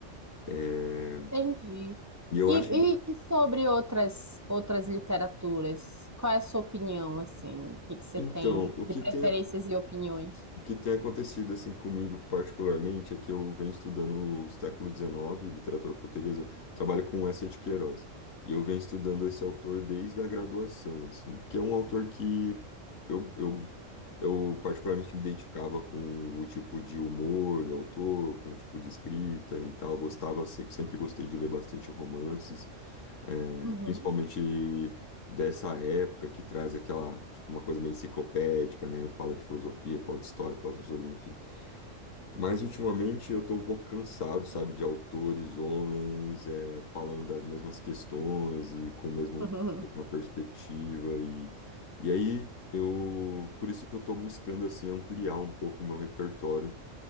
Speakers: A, on the left; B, on the right.
A: É,
B: Entendi.
A: E eu
B: E,
A: acho.
B: e- e sobre outras outras literaturas, qual é a sua opinião, assim? O que que você
A: Então,
B: tem
A: o
B: de
A: que
B: preferências
A: tem
B: e opiniões?
A: O que tem acontecido assim comigo particularmente é que eu venho estudando o século XIX, literatura portuguesa, trabalho com essa de Queiroz. E eu venho estudando esse autor desde a graduação, assim, porque é um autor que eu, eu, eu particularmente me identificava com o tipo de humor do autor, com o tipo de escrita e tal. Gostava, se- sempre gostei de ler bastante romances. É,
B: Uhum.
A: principalmente dessa época que traz aquela, tipo, uma coisa meio enciclopédica, né? Fala de filosofia, fala de história, fala de filosofia, enfim. Mas ultimamente eu tô um pouco cansado, sabe, de autores, homens, é, falando das mesmas questões e com o mesmo,
B: <laughs>
A: mesma perspectiva e, e aí eu, por isso que eu tô buscando, assim, ampliar um pouco o meu repertório